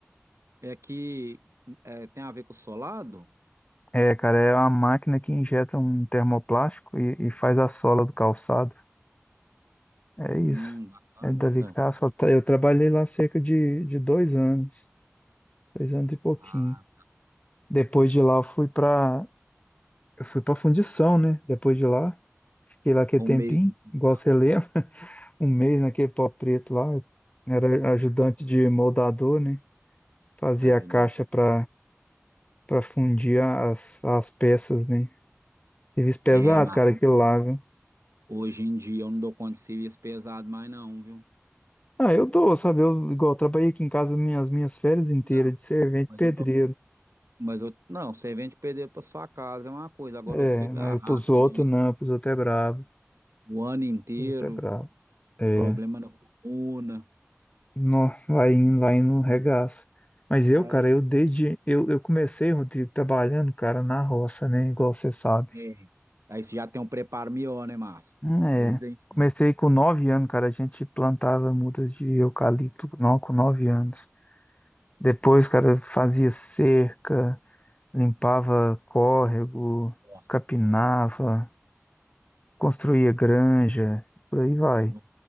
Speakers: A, on the right; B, on the left.
A: É que é, tem a ver com o solado?
B: É, cara, é uma máquina que injeta um termoplástico e, e faz a sola do calçado. É
A: Hum,
B: isso.
A: bacana,
B: É dali
A: hein, senhor?
B: que tá. Só tá- Eu trabalhei lá cerca de, de dois anos, dois anos e pouquinho.
A: Ah,
B: Depois de lá eu fui pra, eu fui pra fundição, né? Depois de lá, fiquei lá aquele
A: um
B: tempinho,
A: mês de função,
B: igual você lembra. um mês naquele pau preto lá, era ajudante de moldador, né? Fazia
A: ajudante.
B: a caixa para para fundir as, as peças, né? Serviço pesado,
A: É, mas
B: cara, aquilo lá, viu?
A: Hoje em dia eu não dou conta de serviço pesado mais não, viu?
B: Ah, eu dou, sabe? Eu, igual, eu trabalhei aqui em casa minhas, minhas férias inteiras
A: Não,
B: de servente
A: mas
B: pedreiro.
A: eu tô. Mas eu, não, você vende pedreiro para sua casa é uma coisa. Agora
B: É,
A: você agarrar
B: mas pros
A: assim,
B: outros
A: serviço
B: não, pros outros é brabo,
A: o ano inteiro,
B: pros outros é brabo. É,
A: problema na coluna.
B: não, vai indo, vai indo, um regaço. Mas eu,
A: Aí,
B: cara, eu desde, eu, eu comecei, Rodrigo, trabalhando, cara, na roça, né? Igual você sabe.
A: É. Aí você já tem um preparo melhor, né, Márcio?
B: É,
A: Desde a infância.
B: comecei com nove anos, cara. A gente plantava mudas de eucalipto não, com nove anos. Depois, cara, fazia cerca, limpava córrego,
A: Ó,
B: capinava, construía granja, por aí vai.
A: Não